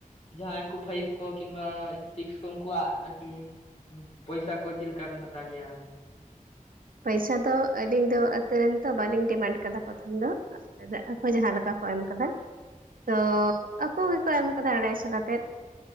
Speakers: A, on the left (about 50°); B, on the right (about 85°).
A: ᱡᱟᱦᱟᱸᱭ ᱩᱱᱠᱩ ᱯᱷᱟᱭᱤᱵ ᱠᱚ ᱠᱤᱢᱵᱟ ᱥᱤᱠᱥ ᱠᱚ ᱩᱱᱠᱩᱣᱟᱜ ᱟᱨᱠᱤ ᱯᱚᱭᱥᱟ ᱠᱚ ᱪᱮᱫ ᱞᱮᱠᱟ ᱵᱤᱱ ᱦᱟᱛᱟᱣ ᱜᱮᱭᱟ
B: ᱯᱚᱭᱥᱟ ᱫᱚ ᱟᱹᱞᱤᱧ ᱫᱚ ᱟᱛᱩ ᱨᱮᱱ ᱛᱚ ᱵᱟᱞᱤᱧ ᱰᱤᱢᱟᱱᱰ ᱠᱟᱫᱟ ᱯᱚᱛᱷᱚᱢ ᱫᱚ ᱟᱠᱚ ᱡᱟᱦᱟ ᱞᱮᱠᱟ ᱠᱚ ᱮᱢ ᱠᱟᱫᱟ ᱛᱚ ᱟᱠ ᱠᱩ ᱜᱮᱠᱚ ᱮᱢ ᱠᱟᱫᱟ ᱟᱲᱟᱭ ᱥᱚ ᱠᱟᱛᱮᱫ